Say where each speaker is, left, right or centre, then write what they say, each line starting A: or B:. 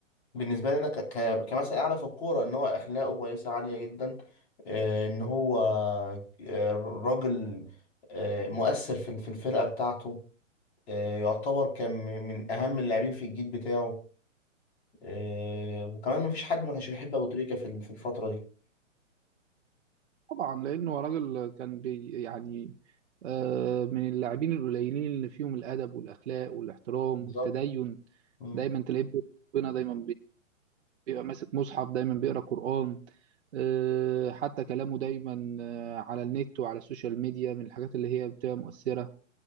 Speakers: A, on the left; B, on the right.
A: بالنسبه لي انا ك... ك... كمثل اعلى في الكوره ان هو اخلاقه كويسه عاليه جدا آه، ان هو آه، راجل آه، مؤثر في في الفرقه بتاعته آه، يعتبر كان من من اهم اللاعبين في الجيل بتاعه آه، وكمان مفيش حد ما كانش بيحب ابو تريكه في ال- في الفتره دي
B: طبعا لأنه هو راجل كان بي يعني آه من اللاعبين القليلين اللي فيهم الأدب والأخلاق والاحترام
A: بالظبط
B: والتدين
A: مم.
B: دايما تلاقيه ربنا دايما بيبقى ماسك مصحف دايما بيقرا قرآن آه، حتى كلامه دايما آه، على النت وعلى السوشيال ميديا من الحاجات اللي هي بتبقى مؤثرة